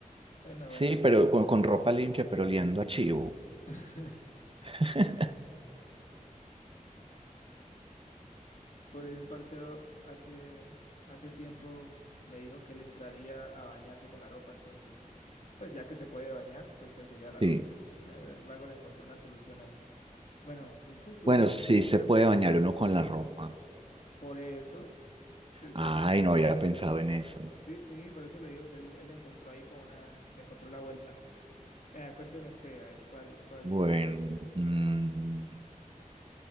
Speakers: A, on the left (about 65°); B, on the right (about 40°).
A: Bueno, bueno.
B: Sí, pero con, con ropa limpia, pero oliendo a chivo.
A: <laughs>
B: <laughs>
A: Por ahí un parcero hace, hace tiempo me dijo que él entraría a bañarse con la ropa, entonces, pues ya que se puede bañar, pues entonces se lleva la
B: Sí.
A: ropa. Eh, El vago le encontró una solución ahí. Bueno, es su turno,
B: Bueno, sí
A: pon- póngame
B: se puede
A: una
B: bañar
A: ahí.
B: uno con la ropa.
A: Por eso, entonces
B: Ay,
A: ahí.
B: no había pensado en eso.
A: Sí, sí, por eso le digo que él, él le encontró ahí con una, le encontró la vuelta. Eh, cuénteme usted, a ver, ¿cuál, cuál?
B: Bueno, mm,